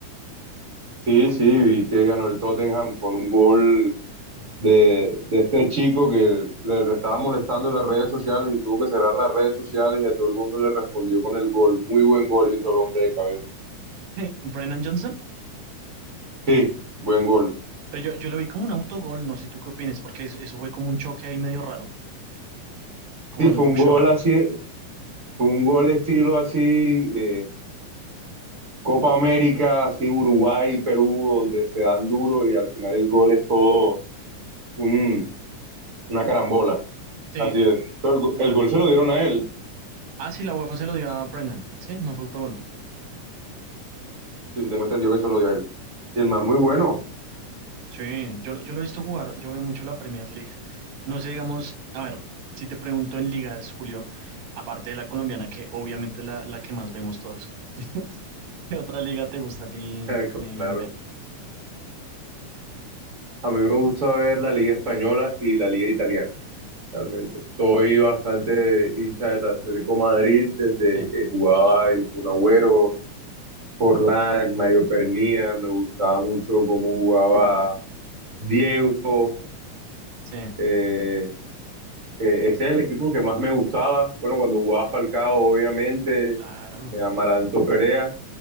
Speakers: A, on the right; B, on the right.
A: Sí, sí, vi que ganó el Tottenham con un gol de, de este chico que le, lo estaba molestando en las redes sociales y tuvo que cerrar las redes sociales y a todo el mundo le respondió con el gol. Muy buen gol hizo el hombre de cabeza.
B: <laughs> Brennan Johnson.
A: Sí, buen gol.
B: Pero yo, yo lo vi como un autogol, no sé tú qué opinas, porque es- eso fue como un choque ahí medio raro con
A: Sí, fue
B: Luke
A: un gol
B: Shaw.
A: así, fue un gol estilo así, eh, Copa América, así Uruguay, Perú, donde se dan duro y al final el gol es todo un- una carambola.
B: Sí,
A: Así es. Pero el go-
B: más
A: el gol
B: bien.
A: se lo dieron a él.
B: Ah, sí, la UEFA se lo dio a Brennan, sí, no fue autogol.
A: Sí, sí, tengo entendido que se lo dio a él. Y el más muy bueno.
B: Sí, yo, lo- yo lo he visto jugar, yo veo mucho la Premier League. No sé, digamos, a ver, si te pregunto en ligas, Julio, aparte de la colombiana, que obviamente es la, la que más vemos todos, <laughs> ¿qué otra liga te gusta a ti
A: Eh,
B: eh,
A: Claro.
B: ver?
A: A mí me gusta ver la Liga Española y la Liga Italiana, realmente. Soy bastante hincha del Atlético Madrid desde
B: Sí,
A: que jugaba el Kun Agüero, Forlán, Mario Pernía. Me gustaba mucho cómo jugaba Diego.
B: sí,
A: Eh, eh, ese es el equipo que más me gustaba. Bueno, cuando jugaba Falcao, obviamente,
B: claro,
A: eh, Amaranto Perea.